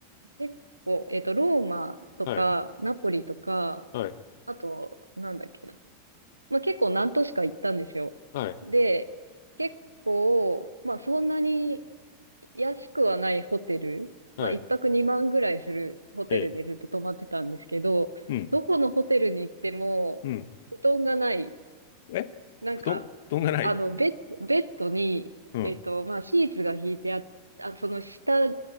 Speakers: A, on the right; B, on the left.
A: 結構、えっと、ローマとか、
B: はい。
A: ナポリとか、
B: はい。
A: あと、なんだっけな。まあ結構何都市か行ったんですよ。
B: はい。
A: で、結構、まあそんなに安くはないホテル、
B: はい。
A: まあ一泊2万ぐらいするホテルでずっと泊まってたんですけど、
B: ええ。うん。
A: どこのホテルに行っても、
B: うん。
A: 布団がない。
B: え布団、
A: なんか、
B: 布団がない。
A: あの、ベッ、ベッドに、
B: うん。
A: えっと、まあシーツが敷いてあっ、あ、その下、